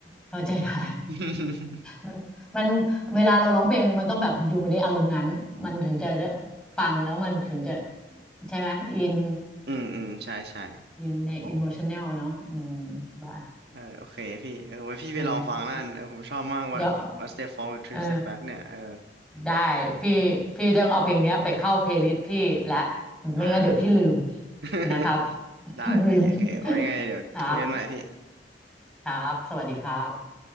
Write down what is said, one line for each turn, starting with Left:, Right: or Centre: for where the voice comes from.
Centre: เข้าใจได้
Right: <laughs>
Centre: มันมันเวลาเราร้องเพลงมันต้องแบบอยู่ในอารมณ์นั้นมันถึงจะได้ฟังแล้วมันถึงจะใช่ไหมอิน
Right: อืมอืมใช่ใช่
Centre: อินในอิ
Right: โอ้โห
Centre: o มชันแนลเนาะอืมบ้า
Right: เออโอเคพี่เออไว้พี่ไปลองฟังนั่นเออผมชอบมากว่า
Centre: เออเดี๋ยว
Right: One Step Forward Three
Centre: เออ
Right: Step Back เนี่ยเออ
Centre: ได้พี่พี่ต้องเอาเพลงเนี้ยไปเข้าเพลย์ลิสต์พี่และไม่งั้นเดี๋ยวพี่ลืม
Right: อ่า <laughs>
Centre: นะครับ
Right: ได้พี่โอเคไว้ไงเดี๋ยวคุยกันใหม่พี่
Centre: <laughs> ลืมครับครับสวัสดีครับ